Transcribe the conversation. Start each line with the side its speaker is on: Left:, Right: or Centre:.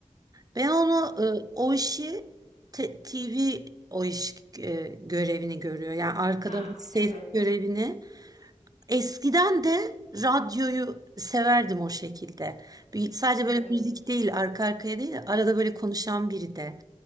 Right: Ben onu e, o işi te- TV o iş e, görevini görüyor. Yani arkada
Left: Ha
Right: ses
Left: evet.
Right: görevini. Eskiden de radyoyu severdim o şekilde. Bir, sadece
Left: Evet.
Right: böyle müzik değil, arka arkaya değil, arada böyle konuşan biri de